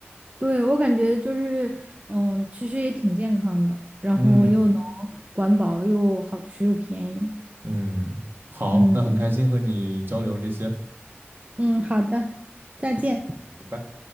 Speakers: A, on the right (about 30°); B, on the right (about 55°).
A: 对，我感觉就是，嗯，其实也挺健康的，然后又能
B: 嗯
A: 管饱，又好吃又便宜。
B: 嗯，好，
A: 嗯
B: 那很开心和你交流这些，
A: 嗯，好的，再见。
B: 拜拜。